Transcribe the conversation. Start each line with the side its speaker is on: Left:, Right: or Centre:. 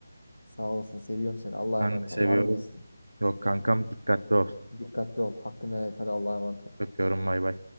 Left: Sağ olasın. Seviyorum seni. Allah'a
Right: Ben
Left: emanet
Right: de
Left: ol.
Right: seviyorum.
Left: Var mı bir isteğin?
Right: Yok kankam dikkatli ol.
Left: Dikkatli ol. Hakkını helal et. Hadi Allah'a emanet ol.
Right: Öpüyorum bay bay.